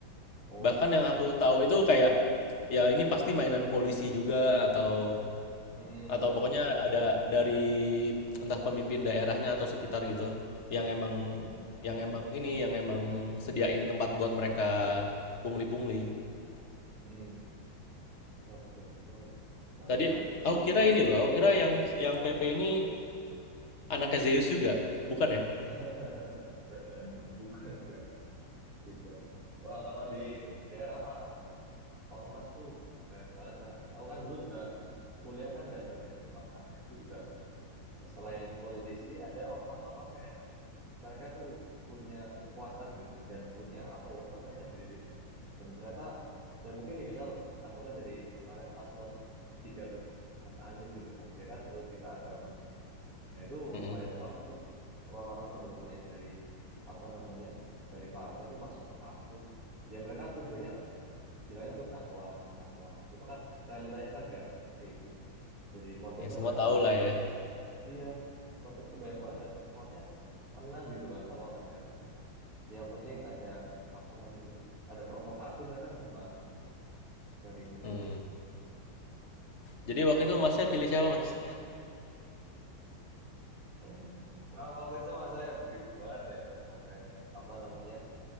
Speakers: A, on the right; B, on the left.
A: Oh,
B: Bahkan yang aku tahu itu kayak ya ini pasti mainan polisi juga atau
A: mm-mm,
B: Atau pokoknya ada dari entah pemimpin daerahnya atau sekitar gitu, yang emang
A: mm-mm,
B: yang emang ini, yang emang sediain tempat buat mereka pungli-pungli.
A: mm-mm. Waduh, itu bahaya
B: Tadi
A: banget tuh.
B: aku kira ini loh, aku kira yang yang PP ini anaknya Zeus juga, bukan ya?
A: <laughs> Bukan, bukan. Tidak. Wah, kalau di daerah mah ormas tuh banyak banget, Kak. Aku kan dulu juga kuliah kan nggak jauh dari rumah, karena itu juga selain politisi ada ormas-ormas yang emang mereka tuh punya kekuatan gitu dan punya apa ya kepentingan beda-beda dan ternyata ya mungkin nih misal anggaplah dari kemarin paslon tiga tuh Mas Anies gitu kan dia kan lebih ke agama gitu ya itu
B: Mm-mm.
A: banyak banget tuh orang-orang pendukungnya yang dari apa namanya dari partai tuh masuk ke kampus ya mereka tujuannya bilangnya untuk dakwah untuk dakwah gitu cuma kan realitanya kan nggak seperti itu jadi motifnya
B: Ya semua
A: banyak
B: tahu
A: banget
B: lah
A: dan
B: ya.
A: Iya, motifnya banyak banget dan semuanya kena gitu kan. Kalau orang daerah mah, yang penting ada apa namanya, ada provokasi mereka seneng banget gitu. Ngeri-ngeri.
B: Hmm. Jadi waktu itu masnya pilih siapa mas?
A: <laughs> Kalau waktu itu mah saya bingung banget ya sampai apa namanya.